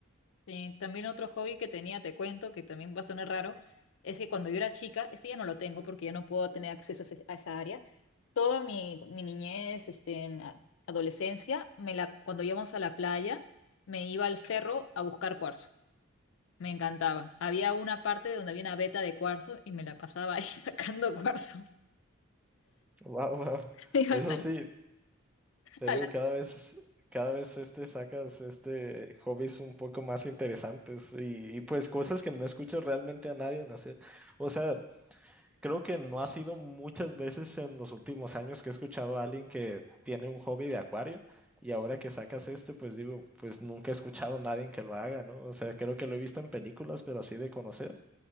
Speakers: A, on the left; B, in the centre.
A: Sí, también otro hobby que tenía, te cuento, que también va a sonar raro, es que cuando yo era chica, este ya no lo tengo porque ya no puedo tener acceso a ese- a esa área. Toda mi, mi niñez, este, en la adolescencia, me la, cuando íbamos a la playa, me iba al cerro a buscar cuarzo. Me encantaba. Había una parte donde había una veta de cuarzo y me la pasaba ahí <laughs> sacando cuarzo.
B: Wow, wow.
A: <laughs> Iba
B: Eso
A: a
B: sí, te
A: a
B: digo,
A: la-
B: cada vez, cada vez este sacas este hobbies un poco más interesantes y, y pues cosas que no escucho realmente a nadie en hacer. O sea, Creo que no ha sido muchas veces en los últimos años que he escuchado a alguien que tiene un hobby de acuario y ahora que sacas este, pues digo, pues nunca he escuchado a nadie que lo haga, ¿no? O sea, creo que lo he visto en películas, pero así de conocer,